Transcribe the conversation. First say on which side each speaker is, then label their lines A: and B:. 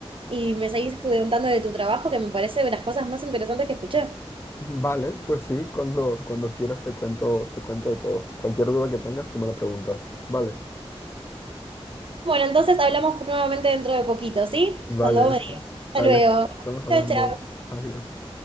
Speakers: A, on the right (about 55°); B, on the left (about 25°).
A: y me seguís contando de tu trabajo, que me parece de las cosas más interesantes que escuché.
B: Vale, pues sí, cuando, cuando quieras te cuento, te cuento de todo. Cualquier duda que tengas, tú me la preguntas. Vale,
A: Bueno, entonces hablamos nuevamente dentro de poquito, ¿sí?
B: vale,
A: Cuando vos me digas. Hasta
B: Alex,
A: luego.
B: estamos hablando.
A: Chao, chao.
B: Adiós.